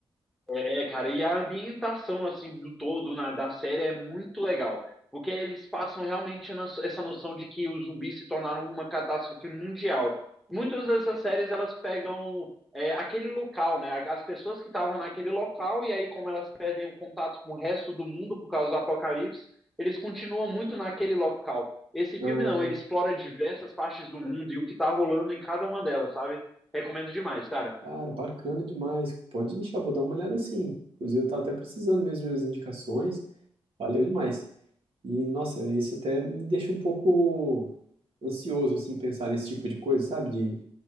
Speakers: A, in the centre; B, on the right.
A: É, cara, e a ambientação assim do todo na, da série é muito legal, porque eles passam realmente a noção- essa noção de que os zumbis se tornaram uma catástrofe mundial. Muitas dessas séries elas pegam é, aquele local, né? As pessoas que estavam naquele local e aí como elas perdem o contato com o resto do mundo por causa do apocalipse, eles continuam muito naquele local. Esse filme
B: Ah,
A: não, ele explora diversas partes do mundo e o que tá rolando em cada uma delas, sabe? Recomendo demais, cara.
B: cara, bacana demais. Pode deixar, vou dar uma olhada sim. Inclusive, eu tava até precisando mesmo de umas indicações. Valeu demais. E, nossa, isso até me deixa um pouco ansioso, assim, pensar nesse tipo de coisa, sabe?